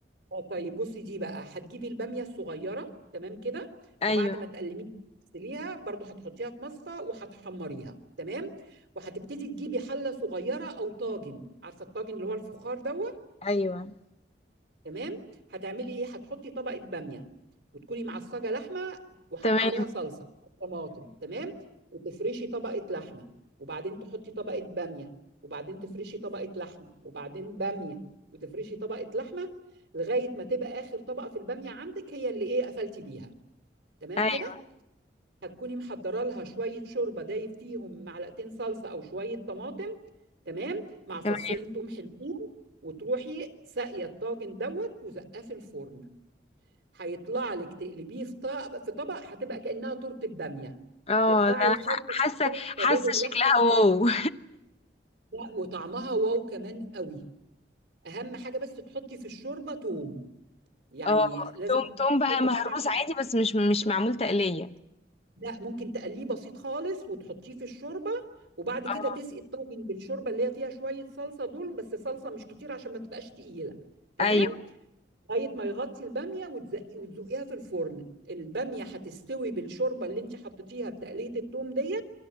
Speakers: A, on the right; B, on the left.
A: اه طيب بصي دي بقى هتجيبي الباميه الصغيره تمام كده
B: ايوه
A: وبعد ما تقلميها تغسليها برضو هتحطيها في مصفى وهتحمريها تمام وهتبتدي تجيبي حله صغيره او طاجن عارفه الطاجن اللي هو الفخار دوت
B: ايوه
A: تمام هتعملي ايه هتحطي طبقه باميه وتكوني معصجه لحمه وحاطه
B: تمام
A: عليها صلصه أو طماطم تمام وتفرشي طبقه لحمه وبعدين تحطي طبقه باميه وبعدين تفرشي طبقه لحمه وبعدين باميه وتفرشي طبقه لحمه لغايه ما تبقى اخر طبقه في الباميه عندك هي اللي ايه قفلتي بيها تمام
B: ايوه
A: كده هتكوني محضره لها شويه شوربه دايب فيهم معلقتين صلصه او شويه طماطم تمام مع فصين
B: تمام
A: توم حلوين وتروحي ساقيه الطاجن دوت وزقاه في الفرن هيطلع لك تقلبيه في طبق في طبق هتبقى كأنها تورتة بامية
B: اه
A: تقطعي
B: لا
A: الخرطة
B: ح- حاسه
A: ما
B: حاسه
A: بين اللحمة
B: شكلها واو
A: لا وطعمها واو كمان قوي أهم حاجة بس تحطي في الشوربة توم يعني
B: اه
A: لازم
B: توم
A: تحطي
B: توم
A: في
B: بقى
A: الشوربة
B: مهروس
A: توم عشان
B: عادي بس مش مش معمول تقلية
A: لا ممكن تقليه بسيط خالص وتحطيه في الشوربة وبعد
B: اه
A: كده تسقي الطاجن بالشوربة اللي هي فيها شوية صلصة دول بس صلصة مش كتير عشان ما تبقاش تقيلة تمام
B: ايوه
A: لغاية ما يغطي البامية وتزقي وتزقيها في الفرن البامية هتستوي بالشوربة اللي انت حطيتيها بتقلية التوم دي